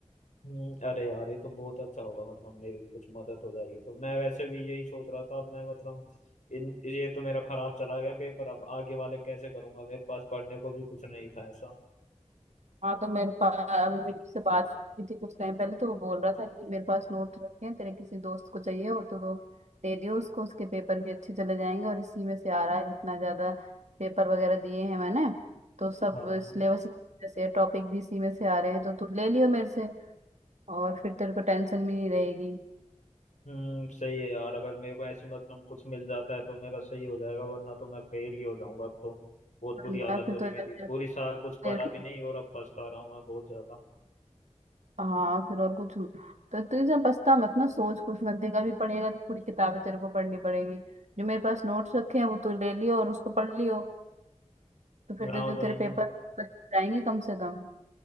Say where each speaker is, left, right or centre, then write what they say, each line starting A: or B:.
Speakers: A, on the left (about 75°); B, on the right (about 70°).
A: हम्म, अरे यार ये तो बहुत अच्छा होगा मतलब मेरी कुछ मदद हो जाएगी तो मैं वैसे भी यही सोच रहा था अब मैं मतलब इन ये तो मेरा खराब चला गया पेपर अब आगे वाले कैसे करूंगा मेरे पास पढ़ने को भी कुछ नहीं था ऐसा
B: हाँ तो मेरे पास अभी मेरे से बात हुई थी कुछ टाइम पहले तो वो बोल रहा था कि मेरे पास नोट्स रखे हैं तेरे किसी दोस्त को चाहिए हो तो तो दे दियो उसको उसके पेपर भी अच्छे चले जाएंगे और इसी में से आ रहा है जितना ज्यादा पेपर वगैरह दिए हैं मैंने तो सब
A: हाँ
B: सिलेबस से टॉपिक भी इसी में से आ रहे हैं तो तू ले लियो मेरे से और फिर तेरे को टेंशन भी नहीं रहेगी
A: हम्म सही है यार अगर मेरे को ऐसी मतलब कुछ मिल जाता है तो मेरा सही हो जाएगा वरना तो मैं फेल ही हो जाऊंगा अब तो बहुत
B: वरना
A: बुरी हालत
B: फिर
A: हो रही
B: तो यार
A: मेरी पूरी साल कुछ पढ़ा
B: तेरे-
A: भी नहीं और अब पछता रहा हूँ मैं बहुत ज्यादा
B: हाँ फिर और कुछ तो तू जब पछता मत ना सोच कुछ मत देखा भी पड़ेगा तो पूरी किताबें तेरे को पढ़नी पड़ेगी जो मेरे पास नोट्स रखे हैं वो तू ले लियो और उसको पढ़ लियो तो फिर तेरे
A: हाँ
B: जो
A: भाई
B: तेरे
A: ना
B: पेपर बच जाएंगे कम से कम